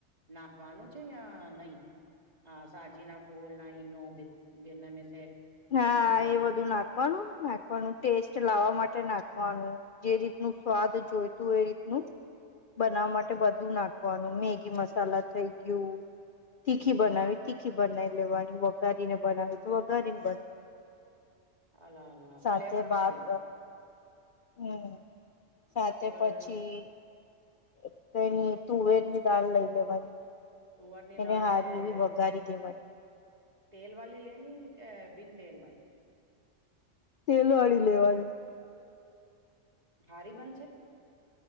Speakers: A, on the right; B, on the left.
A: નાખવાનું છે યા નહીં, આ સાજી ના ફૂલ ના ઈનો બી બીને મે સે કોઈ
B: હા
A: કે
B: એ બધું નાખવાનું, નાખવાનું ટેસ્ટ લાવવા માટે નાખ વાનું, જે રીતનું સ્વાદ જોઈતું એ રીતનું બનાવવા માટે બધું નાખવાનું, મેગી મસાલા થઈ ગયું તીખી બનાવી, તીખી બનાઈ લેવાની, વઘારીને બનાવી તો વઘારીને
A: અલા અલા
B: <inaudible> સાથે
A: ફ્લેવરમાં
B: ભાત
A: આવી
B: હમ્મ. સાથે
A: ઓર
B: પછી એક એની તુવેર ની દાળ લઈ લેવાની.
A: તુવરની
B: એને
A: દાલ
B: હારી
A: હૈ
B: એવી વઘારી દેવાની.
A: તેલ વાલી લેની કે બિન તેલ વાઈ?
B: તેલ વાળી લેવાની.
A: હારી બનશે?